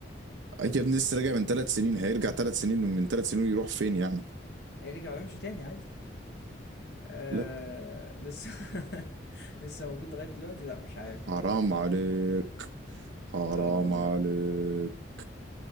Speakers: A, on the right; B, on the left.
A: اي يا ابني لسه راجع من ثلاث سنين هيرجع ثلاث سنين ومن ثلاث سنين يروح فين يعني
B: يرجع ويمشي تاني عادي آه
A: لا
B: لسه <laughs> لسه موجود لغاية دلوقتي لا مش عارف
A: حرام عليك حرام
B: اه والله
A: عليك